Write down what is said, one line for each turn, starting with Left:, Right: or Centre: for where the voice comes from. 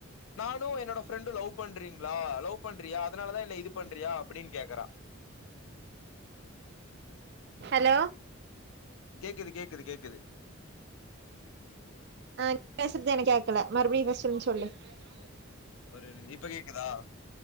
Left: நானு என்னோட ஃப்ரெண்டு லவ் பண்றீங்களா லவ் பண்றியா அதனாலதா என்ன இது பண்றியா அப்டின்னு கேக்குறா
Right: ஹலோ
Left: கேக்குது கேக்குது கேக்குது
Right: ஆஹ் நீ பேசுறது எனக் கேட்கல மறுபடியு ஃபஸ்ட்லருந்து சொல்லு நாளைக் கால்லே வீட்டுலருந்
Left: ஒரு இப்ப கேக்குதா